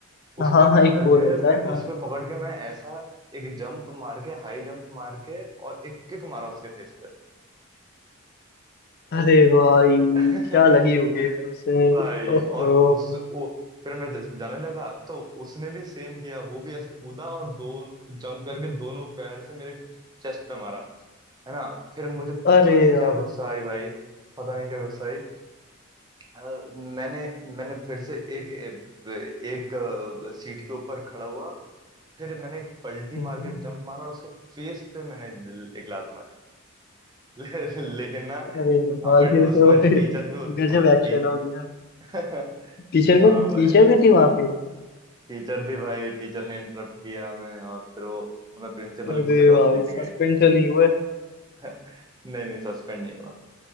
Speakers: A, on the right; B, on the left.
A: उस
B: हाँ
A: पे
B: हाँ
A: पकड़
B: एक बोल
A: के
B: होता
A: मैं
B: है हाँ
A: उस पे पकड़ के मैं ऐसा एक जंप मार के हाई जंप मार के और एक किक मारा उसके फेस
B: अरे भाई
A: पे
B: क्या लगी होगी यार
A: <laughs>
B: उसे
A: भाई
B: ओहो
A: और उस वो फिर मैं जस- जाने लगा तो उसने भी सेम किया वो भी ऐसे कूदा और दो जंप करके दोनों पैर से मेरे चेस्ट पे मारा है ना फिर मुझे पता
B: अरे
A: नहीं
B: यार
A: क्या गुस्सा आई भाई पता नहीं क्या गुस्सा आई अ, मैंने मैंने फिर से एक एक अ, सीट के ऊपर खड़ा हुआ फिर मैंने एक पलटी
B: हम्म,
A: मार के एक जंप मारा और उसके फेस पे मैंने एक लात मारी <laughs> लेकिन ना
B: अरे
A: वहां
B: भाई
A: पर
B: ये
A: उसमें
B: तो <laughs>
A: टीचर भी होती
B: गजब
A: थी
B: एक्शन
A: टी
B: हो गया
A: <laughs> हाँ
B: टीचर को
A: भाई
B: टीचर भी थी वहां पे
A: टीचर थी भाई टीचर ने इंटरप्ट किया हमें और फिर वो हमें प्रिंसिपल
B: अरे
A: के
B: भाई
A: पास लेके
B: सस्पेंड
A: गई
B: तो नहीं हुए
A: <laughs> नहीं नहीं सस्पेंड नहीं हुआ